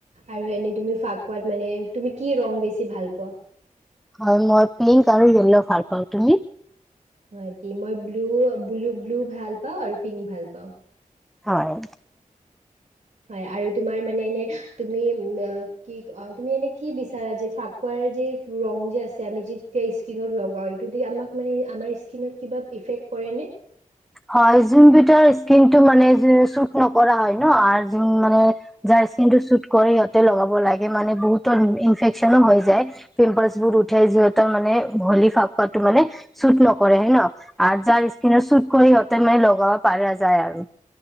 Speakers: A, on the right (about 60°); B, in the centre.
A: আৰু এনেই তুমি ফাকুৱাত মানে তুমি কি ৰং বেছি ভাল পোৱা
B: হয় মই পিংক আৰু য়েল্লো ভাল পাওঁ তুমি
A: হয় মই ব্ল ব্লু ভাল পাওঁ আৰু পিংক ভাল পাওঁ
B: হয়
A: হয় আৰু তুমাৰ মানে এনে তুমি কি কয় এনে তুমি এনে কি বিচাৰে ফাকুৱাৰ যি ৰং যে আছে যেতিয়া স্কিনত লগাও এইটো দি আমাক আমাৰ স্কিনৰ এফেক্ট কৰেনে
B: হয় যোন বিধৰ স্কিন টো মানে শুট নকৰা হয় ন আৰু যোন মানে যাৰ স্কিন টো শুট কৰে সিহঁতে লগাব লাগে মানে বহুতৰ ইনফেকচনো হৈ যায় পিম্পলচ বোৰ উঠে যিহতৰ মানে হলি ফাকুৱটো মানে চুত নকৰে হয় ন যাৰ স্কিনৰুট চুত কৰি সিহঁতেন মানে লগাব পাৰা যায় আৰু